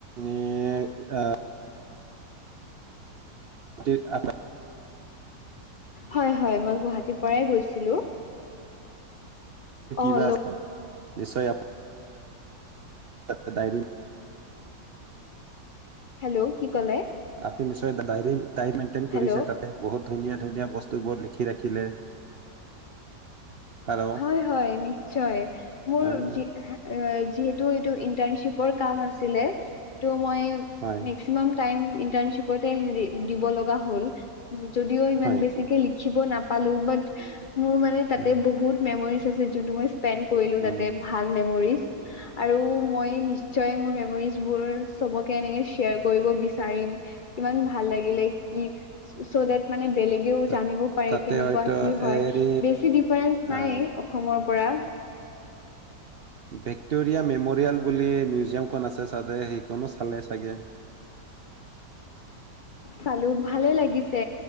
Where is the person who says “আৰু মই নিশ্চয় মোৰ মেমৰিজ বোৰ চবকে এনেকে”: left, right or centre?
Left